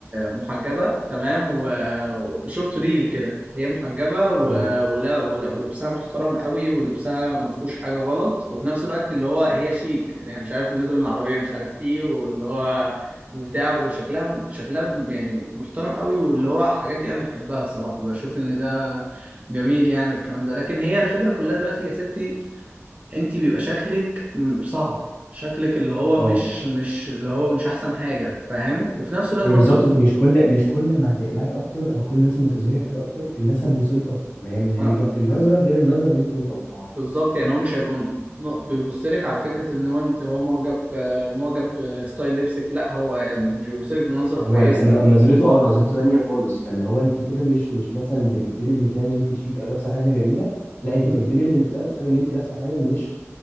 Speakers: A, on the right; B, on the left.
A: محجبة تمام و- وشفت ريل كده هي محجبة و...
B: اه
A: ولا... ولا... ولبسها محترم قوي ولبسها ما فيهوش حاجة غلط وفي نفس الوقت اللي هو هي شيك يعني مش عارف نازلة من العربية مش عارف ايه واللي هو بتاع وشكلها شكلها يعني محترم قوي واللي هو الحاجات دي انا بحبها الصراحة بشوف ان ده جميل يعني والكلام ده لكن هي الفكرة كلها دلوقتي يا ستي انت بيبقى شكلك م- صعب شكلك اللي هو
B: اه
A: مش مش اللي هو مش احسن حاجة فاهم وفي نفس الوقت
B: هي
A: برضو
B: بالظبط انت مش كل مش كل ما هتقلعي اكتر او كل مثلا ما تظهري حاجه اكتر الناس هتبصلك اكتر ما هي ما
A: اه
B: هي الن- النظره غير النظره اللي انت متوقعاها
A: بالظبط يعني هو مش هيبقى م- بيبص لك على فكره ان هو انت هو معجب آه، معجب بستايل لبسك لا هو مش بيبص لك بنظره
B: هو
A: كويسه
B: ال- ن- نظرته اه نظرته تانية خالص فاللي هو انت كده مش مش مثلا بتجذبي الانتباه ان انت شيك او لابسه حاجه جميله لا انت
A: امم
B: هتجذبي الانتباه بسبب ان انت لابسه حاجه مش